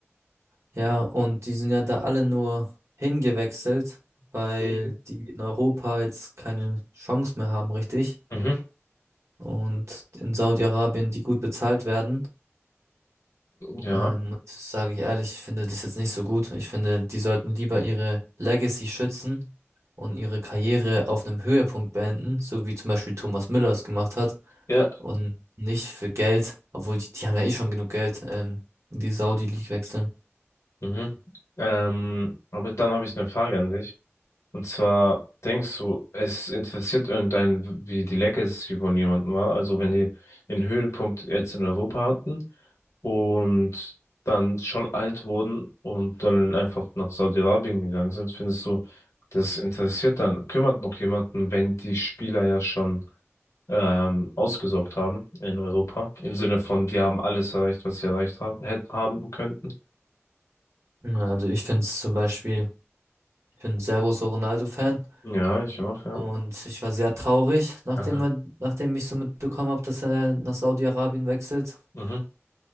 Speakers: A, on the right (about 75°); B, on the left (about 80°).
A: ja, und die sind ja da alle nur hingewechselt, weil
B: Mhm.
A: die in Europa jetzt keine Chance mehr haben, richtig.
B: Mhm.
A: und in Saudi-Arabien, die gut bezahlt werden.
B: Ja.
A: Ähm, das sage ich ehrlich, ich finde das jetzt nicht so gut. Ich finde, die sollten lieber ihre Legacy schützen und ihre Karriere auf einem Höhepunkt beenden, so wie zum Beispiel Thomas Müller es gemacht hat
B: Ja.
A: und nicht für Geld, obwohl die, die haben ja eh schon genug Geld, ähm, in die Saudi-League wechseln.
B: Mhm. Ähm, aber dann habe ich eine Frage an dich. Und zwar denkst du, es interessiert irgendeinen, wie die Legacy von jemandem war. Also wenn die den Höhepunkt jetzt in Europa hatten und dann schon alt wurden und dann einfach nach Saudi-Arabien gegangen sind, findest du, das interessiert dann, kümmert noch jemanden, wenn die Spieler ja schon ähm, ausgesorgt haben in Europa. Im Sinne von, die haben alles erreicht, was sie erreicht ha hätt- haben könnten.
A: Ja, Also ich finde es zum Beispiel, ich bin ein sehr großer Ronaldo-Fan
B: Ja, ich auch, ja.
A: und ich war sehr traurig, nachdem
B: Aha.
A: er, nachdem ich so mitbekommen habe, dass er nach Saudi-Arabien wechselt.
B: Mhm.